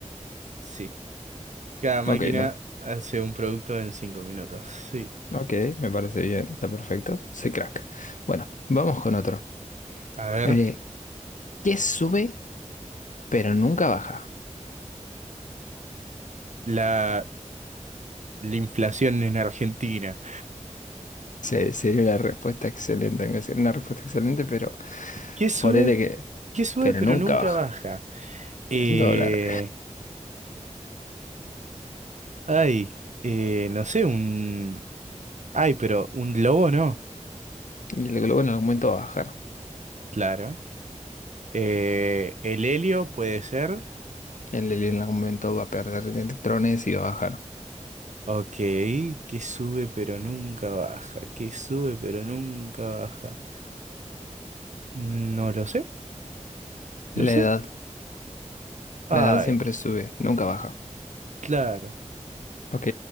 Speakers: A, on the right; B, on the left.
A: Sí, cada máquina
B: Ok, no.
A: hace un producto en cinco minutos. Sí.
B: Ok, me parece bien. Está perfecto. Soy crack. Bueno, vamos con otro.
A: A ver,
B: Eh, ¿qué sube pero nunca baja?
A: la, la inflación en Argentina.
B: Se- sería una respuesta excelente, aunque sería una respuesta excelente, pero
A: ¿Qué sube?
B: ponele que,
A: ¿Qué sube
B: pero
A: pero
B: nunca
A: nunca
B: baja
A: baja? Eh,
B: el dólar.
A: ay, eh, no sé, un... Ay, pero un lobo no,
B: Y el globo en algún momento va a bajar.
A: claro. Eh, el helio puede ser.
B: El helio en algún momento va a perder electrones y va a bajar.
A: Ok, que sube pero nunca baja, que sube pero nunca baja. No lo sé,
B: La
A: no sé.
B: edad,
A: Ay,
B: la edad siempre sube, nunca baja.
A: claro.
B: ¿Ok?